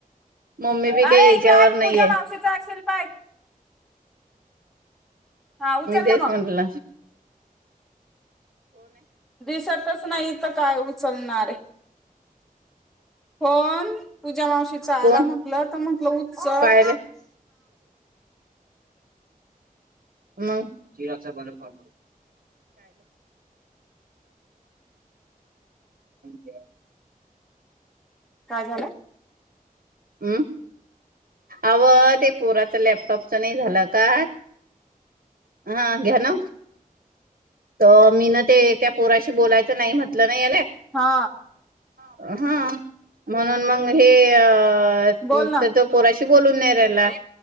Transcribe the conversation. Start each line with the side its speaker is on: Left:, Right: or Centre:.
Right: मम्मी बी
Centre: अरे
Right: काही याच्यावर
Centre: इकडे आण
Right: नाहीये
Centre: पूजा मावशीच असेल पाय. <unintelligible> हा उचल
Right: मी तेच
Centre: ना
Right: म्हणल.
Centre: मग दिसतच नाही इथं काय उचलणारे? फोन पूजा मावशीचा
Right: कोण
Centre: आला म्हटल तर म्हटलं उचल.
Right: कायले मग <unintelligible> कायले.
Centre: काय झालं? <unintelligible>
Right: अम. अवं ते पोराच लॅपटॉपच नाही झालं का? हा घ्या ना. तर मी ना ते त्या पोराशी बोलायचं नाही म्ह- नाही
Centre: हा
Right: <unintelligible> म्हणून मग हे अ
Centre: बोल ना
Right: तर तो पोराशी बोलून नाही राहिला-
Centre: मी